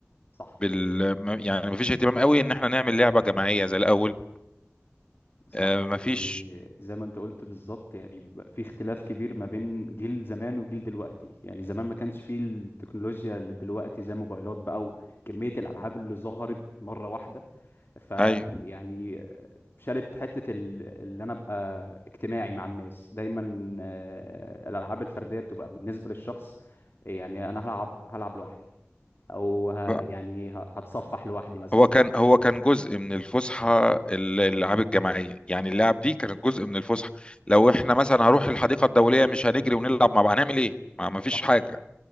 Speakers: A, on the left; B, on the left.
A: صح
B: بال ما- يعني ما فيش اهتمام قوي ان احنا نعمل لعبه جماعيه زي الاول
A: صح
B: آه،
A: يعني
B: مفيش
A: زي ما انت قلت بالظبط يعني بقى في اختلاف كبير ما بين جيل زمان وجيل دلوقتي يعني زمان ما كانش فيه التكنولوجيا اللي دلوقتي زي الموبايلات بقى وكمية الألعاب اللي ظهرت مرة واحدة فيعني
B: ايوه
A: شالت حتة ال- اللي أنا أبقى اجتماعي مع الناس دايما آه، الألعاب الفردية بتبقى بالنسبة للشخص يعني أنا هلعب هلعب لوحدي أو ه...
B: بقى.
A: يعني ه- هتصفح لوحدي مثلا
B: هو كان هو كان جزء من الفسحه ال- الالعاب الجماعيه يعني اللعب دي كانت جزء من الفسحه لو احنا مثلا هروح الحديقه الدوليه مش هنجري ونلعب مع بعض هنعمل ايه ما ما فيش
A: صح
B: حاجه